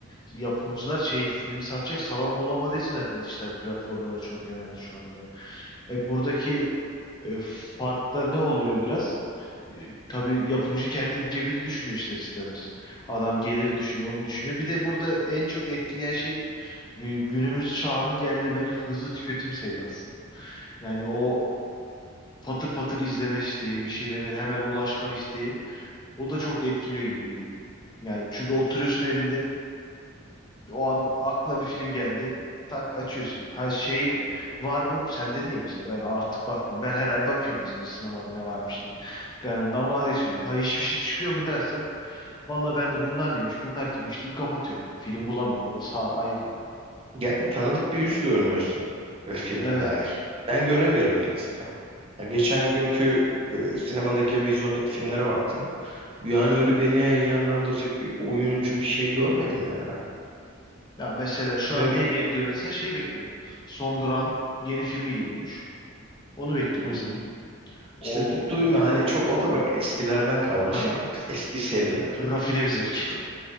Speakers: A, on the left (about 20°); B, on the right (about 30°).
A: yapımcılar şey filmi satacak salon bulamadığı için zaten dijital platformlara çok yöneldi şu anda. E, buradaki e, fark ne oluyor biraz? E, tabii yapımcı kendi cebini düşünüyor ister istemez. Adam gelirini düşünüyor, oyunu düşünüyor. Bir de burada en çok etkileyen şey e, günümüz çağının geldiği bence hızlı tüketim sevdası. Yani o patır patır izleme isteği, bir şeylere hemen ulaşma isteği o da çok etkiliyor gibi geliyor. Yani çünkü oturuyorsun evinde o an aklına bir film geldi. Tak açıyorsun. Her şey var mı? Sende diye mesela. Ben artık bakmıyorum. Ben her ay bakıyorum mesela sinemada ne varmış diye. Ben ondan vazgeçiyorum. Ha hiçbir şey çıkıyor mu dersen. Valla ben de bunlar neymiş, bunlar kimmiş diyeyim kapatıyorum ya. Film bulamıyorum. Orası a- ayrı.
B: Yani tanıdık bir yüz görmüyorsun ve filme
A: Evet.
B: dair. Ben göremiyorum en azından. Ya geçen günkü e, sinemadaki, vizyondaki filmlere baktım. Yani öyle beni heyecanlandıracak bir oyuncu bir şey görmedim yani ben.
A: Ya mesela şu
B: Ve
A: an neyi bekliyorsun desen şey bekliyorum. Son Duran yeni filmi geliyormuş. Onu bekliyorum
B: hı
A: mesela.
B: hı.
A: O
B: İşte bir duyma hani çok o da bak
A: Hı hı.
B: eskilerden kalma
A: tabii
B: şeyler. Eski seriler.
A: R- rafine bir zevk.
B: Tutup,